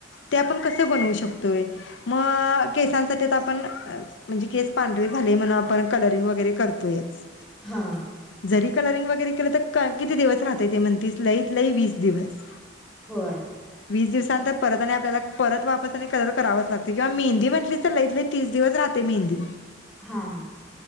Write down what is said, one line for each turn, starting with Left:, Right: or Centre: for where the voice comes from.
Left: ते आपण कसे बनवू शकतोय. मग केसांसाठी आता आपण म्हणजे केस पांढरे झाले म्हणून आपण कलरिंग वगैरे. करतोयच.
Centre: हा.
Left: जरी कलरिंग वगैरे केलं तर क किती दिवस राहतय ते म्हणतीस लईत लई वीस दिवस.
Centre: होय
Left: वीस दिवसानंतर परत आणि आपल्याला परत वापस आणि कलर करावच लागतय किंवा मेहंदी म्हटली. लईत लई तीस दिवस राहते मेहंदी.
Centre: हा हा.